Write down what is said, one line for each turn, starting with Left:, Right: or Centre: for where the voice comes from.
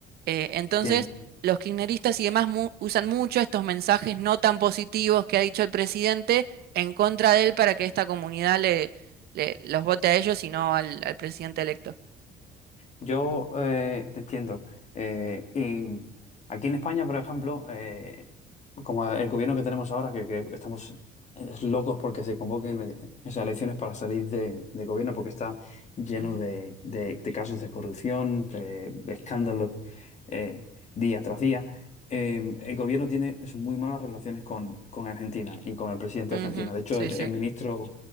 Right: Eh, entonces,
Left: Te,
Right: los kirchneristas y demás mu- usan mucho estos mensajes no tan positivos que ha dicho el presidente en contra de él para que esta comunidad le, le- los vote a ellos y no al, al presidente electo.
Left: Yo eh, te entiendo. Eh, y aquí en España, por ejemplo, eh, como el gobierno que tenemos ahora, que, que estamos eh, locos porque se convoquen eh, esas elecciones para salir de, de gobierno, porque está lleno
Right: Ujú.
Left: de, de- de casos de corrupción, de, de escándalos eh, día tras día. Eh, el gobierno tiene es, muy malas relaciones con, con Argentina y con el presidente
Right: Ujú,
Left: de Argentina. De hecho,
Right: Sí,
Left: el
Right: sí.
Left: el ministro,